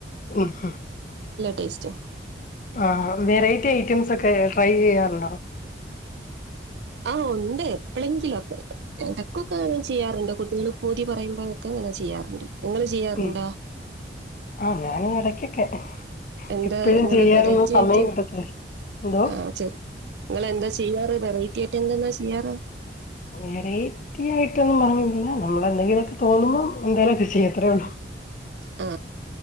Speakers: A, on the left; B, on the right.
A: ഉം ഹും
B: ടേസ്റ്റും
A: ആ വെറൈറ്റി ഐറ്റംസ് ഒക്കെ ട്രൈ ചെയ്യാറുണ്ടോ
B: ആ ഉണ്ട് എപ്പോഴെങ്കിലൊക്കെ ഇടക്കൊക്കെ ചെയ്യാറുണ്ട് കുട്ടികൾ പൂതി പറയുമ്പോഴക്കെ ചെയ്യാറുണ്ട് നിങ്ങൾ ചെയ്യാറുണ്ടോ
A: ഉ ആ ഞാൻ ഇടക്കൊക്കെ
B: എന്താ
A: എപ്പഴും
B: ഇങ്ങെ
A: ചെയ്യാനൊന്നും
B: വെറൈറ്റി
A: സമയം
B: ആയിട്ട്
A: കിട്ടത്തില്ല എന്തോ
B: ആ ചെ നിങ്ങളെന്താ ചെയ്യാറ് വെറൈറ്റി ആയിട്ട് എന്തന്നാ ചെയ്യാറ്
A: വെറൈറ്റി ആയിട്ടൊന്നും പറഞ്ഞില്ല നമ്മള എന്തെങ്കിലുമൊക്കെ തോന്നുമ്പോ എന്തോലൊക്കെ ചെയ്യത്രേ ഉള്ളൂ
B: ആ